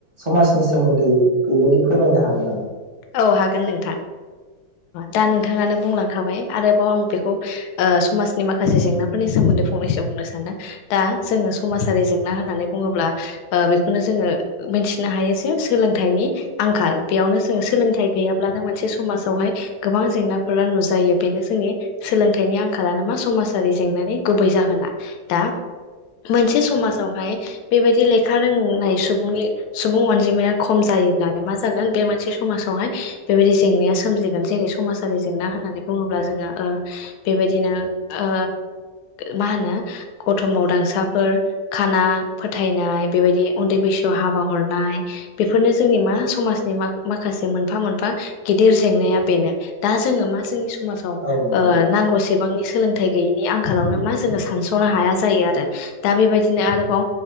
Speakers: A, on the right (about 20°); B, on the left (about 75°).
A: समाजनि सोमोन्दै बेबायदि फोरमायनो हागोन नामा?
B: औ हागोन नोंथां। दा नोंथाङानो बुंलांखाबाय आरोबाव आं बेखौ ओ समाजनि माखासे जेंनाफोरनि सोमोन्दै मोन्दै फंनैसो बुंनो सानदों, दा जोङो समाजारि जेंना होननानै बुङोब्ला ओ बेखौनो जोङो मिथिनो हायो जे सोलोंथाइनि आंखाल बेयावनो सोलोंथाइ गैयाब्लानो मोनसे समाजावहाय गोबां जेंनाफोरा नुजायो बेनो जोंनि सोलोंथाइनि नि आंखाला नो मा समाजारि जेंनानि गुबै जाहोना। दा मोनसे समाजावहाय बेबायदि लेखा रोंनाय सुबुंनि सुबुं अनजिमाया खम जा योब्लानो मा जागोन बे मोनसे स समाजावहाय बेबायदि जेंनाया सोमजिगोन जेरै समाजारि जेंना होननानै बुङोब्ला जोङो ओ बेबाय बायदिनो ओ मा होनो गथ' मावदांगांसाफोर, खाना फोथायनाय बेबायदि उन्दै बैसोआव हाबा हरनाय बेफोरनो जोंनि मा समाजनि मा माखासे मोनफा मोनफा गिदिर जेंनाया बेनो। दा जोङो मा जोंनि स समाजाव
A: औ नंगौ
B: ओ
A: नोंथां
B: नांगौसेबांनि सोलोंथाइ गैयैनि आंखालावनो मा जोङो सानस'नो हाया जायो आरो दा बेबायदिनो आरोबाव